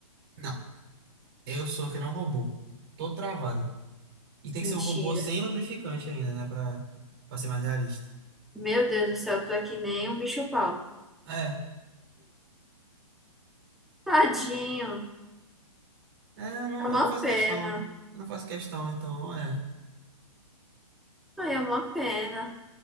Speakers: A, on the right; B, in the centre.
A: Não, eu sou que não robô. Tô travado. E tem
B: Mentira.
A: que ser um robô sem lubrificante ainda, né? Pra, pra ser mais realista.
B: Meu Deus do céu, tu é que nem um bicho-pau.
A: É.
B: Tadinho.
A: É, eu não,
B: É uma
A: eu não faço
B: pena.
A: questão. Eu não faço questão, então, é.
B: Ai, é uma pena.